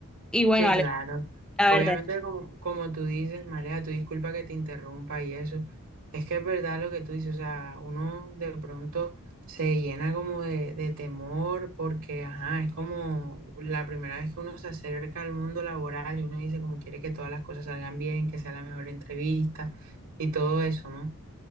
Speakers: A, in the centre; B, on the right (about 65°).
A: Y bueno,
B: Sí,
A: Ale,
B: claro.
A: la
B: Obviamente,
A: verdad.
B: como, como tú dices, Marea, tu disculpa que te interrumpa y eso. Es que es verdad lo que tú dices, o sea, uno de pronto se llena como de, de temor porque, ajá, es como la primera vez que uno se acerca al mundo laboral y uno dice como quiere que todas las cosas salgan bien, que sea la mejor entrevista y todo eso, ¿no?